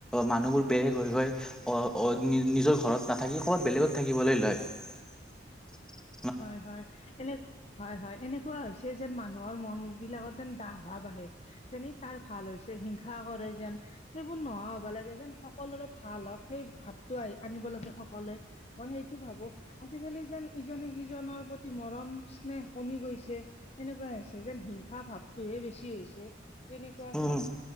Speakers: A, in the centre; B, on the left (about 35°).
A: মানুহবোৰ বেলেগ হৈ গৈ‌ অহ, নিজৰ ঘৰত নাথাকি ক'ৰবাত বেলেগত থাকিবলৈ লয়। <unintelligible>
B: হয়, হয়। এনে, হয় হয়। এনেকুৱা হৈছে যেন মানুহৰ মন বিলাকত যেন দাহ ভাব আহে, যেনে তাৰ ভাল হৈছে হিংসা কৰে যেন সেইবোৰ নোহোৱা হ'ব লাগে যেন, সকলোৰে ভাল হওঁক সেই ভাৱটো আহ আনিব লাগে সকল সকলোৱে, মই সেইতো ভাবো আজিকালি যেন ইজনে সিজনৰ প্ৰতি মৰম স্নেহ কমি গৈছে, সেনেকুৱা হৈছে যেন হিংসা ভাৱটোহে বেছি বেছি হৈছে, তেনেকুৱা
A: উম
B: ভাব